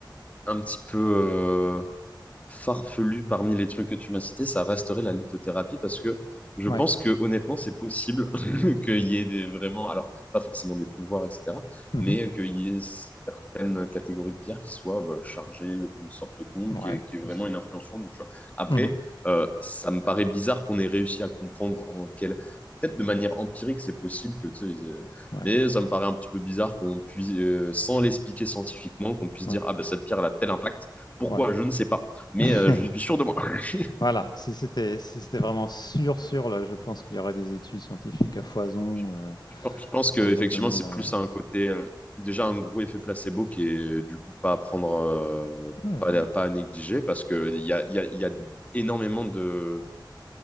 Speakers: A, on the left; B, on the left.
A: un petit peu euh, farfelu parmi les trucs que tu m'as cités, ça resterait la lithothérapie parce que je
B: Ouais.
A: pense que honnêtement, c'est possible <laughs> qu'il y ait des, vraiment, alors pas forcément des pouvoirs, etc.,
B: Mmh
A: mais qu'il y ait certaines catégories de pierres qui soient bah, chargées d'une sorte d'onde
B: Ouais,
A: qui est, qui est vraiment
B: je sais
A: une
B: pas.
A: influence sur nous. tu vois. Après,
B: Mmh
A: euh, ça me paraît bizarre qu'on ait réussi à comprendre en quelle. Peut-être de manière empirique, c'est possible que, tu sais, euh,
B: Ouais,
A: mais ça me paraît un petit peu bizarre qu'on puisse, euh, sans l'expliquer scientifiquement, qu'on puisse
B: ouais,
A: dire, ah ben cette pierre elle a tel impact. Pourquoi?
B: ouais.
A: Je ne sais pas mais
B: <laughs>
A: euh, je suis sûr de moi. <laughs>
B: Voilà, si c'était si c'était vraiment sûr, sûr, là, je pense qu'il y aurait des études scientifiques à foison,
A: Je
B: heu
A: je pense que
B: heu, dans
A: effectivement,
B: ce domaine-là,
A: c'est plus
B: ouais.
A: un côté euh, déjà un gros effet placebo qui est du coup pas à prendre, euh,
B: Ouais, ouais.
A: pas, à- pas à négliger parce que il y a, il y a, il y a énormément de